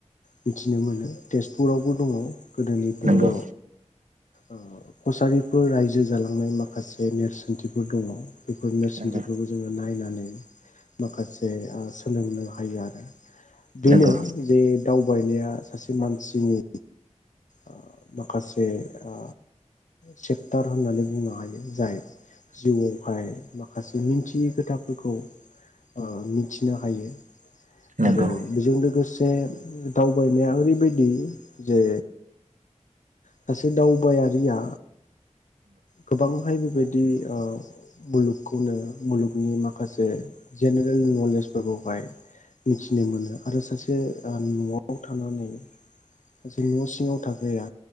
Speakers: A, on the left; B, on the right.
A: मिथिनो मोनो तेजपुरावबो दङ। गोदोनि बर'
B: नंगौ नंगौ
A: अ कसारिफोर रायजो जालांनाय माखासे नेरसोनथिफोर दङ। बेफोर नेरसोनथिफोरखौ
B: नंगौ
A: जोङो नायनानै माखासे ओ सोलोंनो हायो आरो। बेनो
B: नंगौ नंगौ
A: जे दावबायनाया सासे मानसिनि ओ माखासे ओ सेक्टार होननानै बुंनो हायो जाय जिउआवहाय माखासे मिथियै खोथाफोरखौ ओ मिथिनो हायो
B: नंगौ
A: आरो बेजों लोगोसे से दावबायनाया ओरैबादि जे सासे दावबायारिया गोबांहाय बेबायदि ओ मुलुगखौनो मुलुगनि माखासे जेनेरेल नलेजफोरखौ बेवहाय मिथिनो मोनो आरो सासे न'आव थानानै सासे न' सिङाव थाग्राया